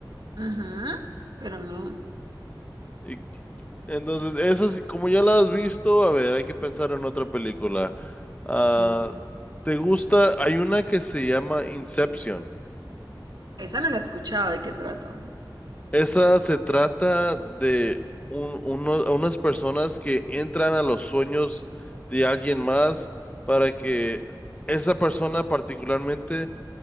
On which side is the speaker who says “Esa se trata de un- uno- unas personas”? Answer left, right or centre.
Left